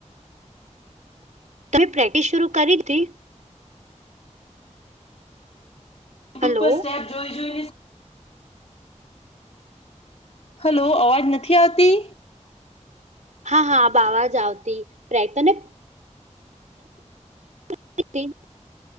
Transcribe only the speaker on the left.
યુટ્યુબ
પર સ્ટેપ જોઈ-જોઈ ને હલો અવાજ નથી આવતી?